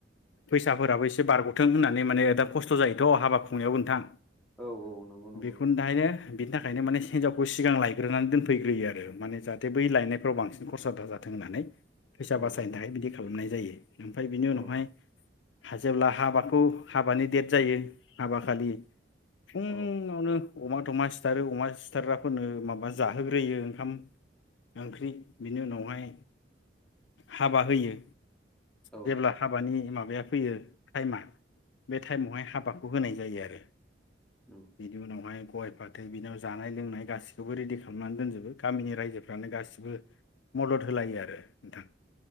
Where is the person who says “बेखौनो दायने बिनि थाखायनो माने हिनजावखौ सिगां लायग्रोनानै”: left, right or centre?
Left